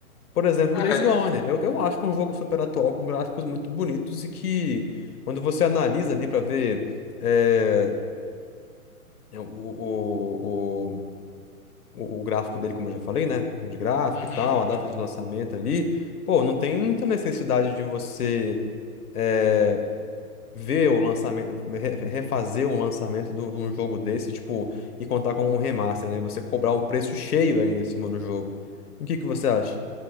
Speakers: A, on the left; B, on the left.
A: Por exemplo,
B: Ah,
A: o Days
B: é.
A: Gone. Eu, eu acho que é um jogo super atual, com gráficos muito bonitos e que, quando você analisa ali para ver é, o, o, o, o o gráfico dele, como eu já falei, né? Questão de gráfico
B: uhum,
A: e tal, a data
B: uhum.
A: de lançamento ali, pô, não tem muita necessidade de você é, ver o lançamento, re- refazer um lançamento de um de um jogo desse, tipo, e contar como um remaster, né? Você cobrar um preço cheio ainda em cima do jogo. O que que você acha?